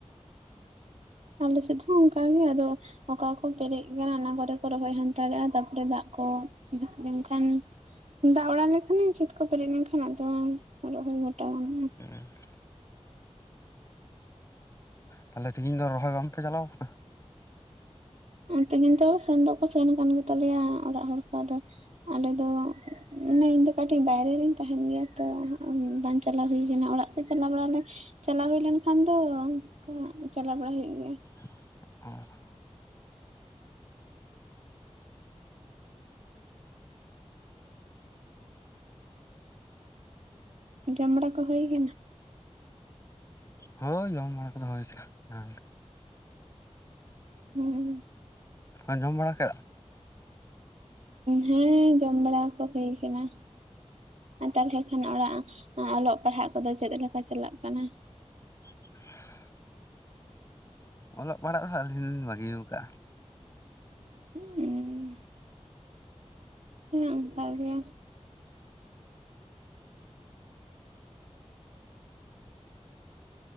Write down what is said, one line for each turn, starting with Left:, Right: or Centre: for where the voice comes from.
Right: ᱟᱞᱮ ᱥᱮᱫ ᱦᱚᱸ ᱚᱱᱠᱟ ᱜᱮ ᱟᱫᱚ ᱚᱠᱟ ᱠᱚ ᱯᱮᱨᱮᱡ ᱟᱠᱟᱱᱟ ᱚᱱᱟ ᱠᱚᱨᱮ ᱠᱚ ᱨᱚᱦᱚᱭ ᱦᱟᱱᱛᱟᱲ ᱮᱫᱟ ᱛᱟᱨᱯᱚᱨᱮ ᱫᱟᱜ ᱠᱚ ᱞᱮᱱᱠᱷᱟᱱ ᱫᱟᱜ ᱵᱟᱲᱟᱹ ᱞᱮᱠᱷᱟᱱ ᱠᱷᱮᱛ ᱠᱚ ᱯᱮᱨᱮᱡ ᱞᱮᱱᱠᱷᱟᱱ ᱟᱫᱚᱭᱜᱚᱭ ᱜᱚᱴᱟᱣ ᱜᱟᱱᱚᱜᱼᱟ
Left: <unintelligible> ᱛᱟᱦᱚᱞᱮ ᱛᱮᱦᱤᱧ ᱫᱚ ᱨᱚᱦᱚᱭ ᱵᱟᱝ ᱯᱮ ᱪᱟᱞᱟᱣ ᱟᱠᱟᱱᱟ
Right: ᱛᱮᱦᱮᱧ ᱫᱚ ᱥᱮᱱ ᱫᱚ ᱠᱚ ᱥᱮᱱ ᱟᱠᱟᱱ ᱜᱮ ᱛᱟᱞᱮᱭᱟ ᱚᱲᱟᱜ ᱦᱚᱲ ᱠᱚ ᱟᱫᱚ ᱟᱞᱮ ᱫᱚ ᱢᱮ ᱤᱧ ᱫᱚ ᱠᱟᱹᱴᱤᱡ ᱵᱟᱦᱨᱮ ᱨᱮᱹᱧ ᱛᱟᱦᱮᱱ ᱜᱮᱭᱟ ᱛᱚ ᱵᱟᱝ ᱪᱟᱞᱟᱣ ᱦᱩᱭ ᱟᱠᱟᱱᱟ ᱚᱲᱟᱜ ᱥᱮᱫ ᱛᱮ ᱪᱟᱞᱟᱣ ᱵᱟᱲᱟ ᱞᱮ ᱪᱟᱞᱟᱣ ᱦᱩᱭ ᱞᱮᱱ ᱠᱷᱟᱱ ᱫᱚ ᱚᱱᱠᱟ ᱪᱟᱞᱟᱣ ᱵᱟᱲᱟ ᱦᱩᱭᱩᱜ ᱜᱮᱭᱟ
Left: <unintelligible>
Right: ᱡᱟᱢ ᱵᱟᱲᱟ ᱠᱚ ᱦᱩᱭ ᱠᱟᱱᱟ
Left: ᱦᱳᱭ ᱡᱚᱢ ᱵᱟᱲᱟ ᱠᱚᱫᱚ ᱦᱩᱭ ᱠᱟᱱᱟ
Right: <unintelligible>
Left: ᱡᱚᱢ ᱵᱟᱲᱟ ᱠᱮᱫᱟᱜ
Right: ᱦᱮᱸ ᱡᱚᱢ ᱵᱟᱲᱟ ᱠᱚ ᱦᱩᱭ ᱠᱟᱱᱟ ᱛᱟᱦᱚᱞᱮ ᱠᱷᱟᱱ ᱚᱲᱟᱜ ᱚᱞᱚᱜ ᱯᱟᱲᱦᱟᱜ ᱠᱚ ᱫᱚ ᱪᱮᱫ ᱞᱮᱠᱟ ᱪᱟᱞᱟᱜ ᱠᱟᱱᱟ
Left: <unintelligible> ᱚᱞᱚᱜ ᱯᱟᱲᱦᱟᱜ ᱦᱚᱸ ᱟᱹᱞᱤᱧ ᱞᱤᱧ ᱵᱟᱹᱜᱤ ᱟᱠᱟᱜᱼᱟ
Right: <unintelligible> ᱦᱮᱸ ᱚᱱᱠᱟ ᱜᱮ